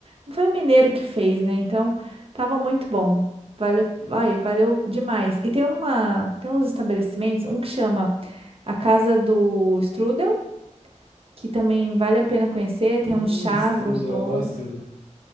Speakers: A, on the right; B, on the left.
A: não foi o mineiro que fez, né? Então tava muito bom. Vale, ai, valeu demais. E tem uma, tem uns estabelecimentos, um que chama a Casa do Strudel, que também vale a pena conhecer, tem
B: Hum,
A: uns chás
B: strudel,
A: gostosos.
B: eu adoro strudel.